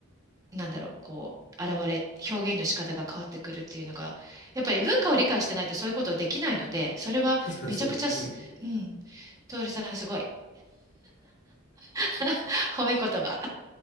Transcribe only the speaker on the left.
確かにそうですね。